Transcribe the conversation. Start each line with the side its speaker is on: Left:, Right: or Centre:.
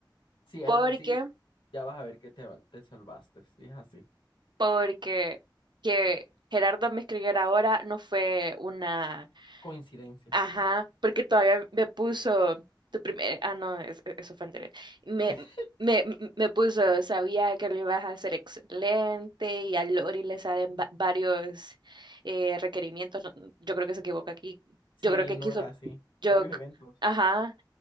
Left: si es
Right: ¿Por
Left: así,
Right: qué?
Left: ya vas a ver que te, te salvaste, si es así.
Right: Porque que Gerardo me escribiera ahora no fue una...
Left: Coincidencia.
Right: Ajá, porque todavía me puso tu primer... Ah, no, es- e-, eso fue anterior. Me,
Left: <laughs>
Right: me, me puso, sabía que lo ibas a hacer excelente y a Lori le salen va- varios eh, requerimientos. No, Yo creo que se equivoca aquí.
Left: Sí,
Right: Yo creo que
Left: no
Right: quiso...
Left: era así.
Right: Yo...
Left: Varios eventos.
Right: Ajá.